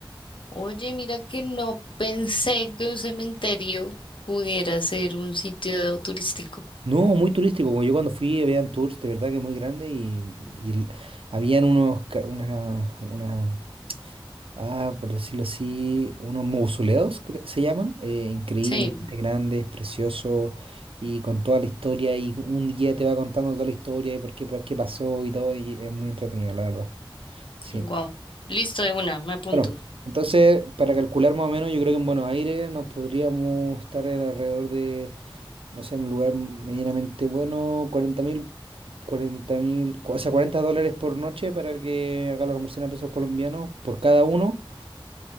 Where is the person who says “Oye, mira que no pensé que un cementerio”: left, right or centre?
Left